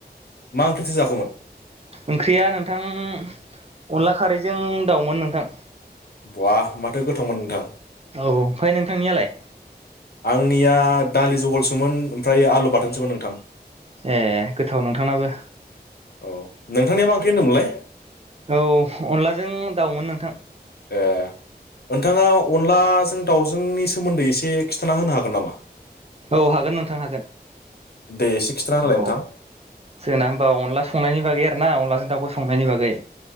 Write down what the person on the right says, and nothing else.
ओंख्रिया नोंथां अनला खारैजों दाउमोन नोंथां।
औ ओमफ्राय नोंथांनियालाय?
ए गोथाव नोंथांनाबो।
औ अनलाजों दाउमोन नोंथां‌
औ हागोन नोंथां हागोन
औ
जोंना होमबा अनला संनायनि बागै आरोना अनलाजों दाउखौ संनायनि बागै।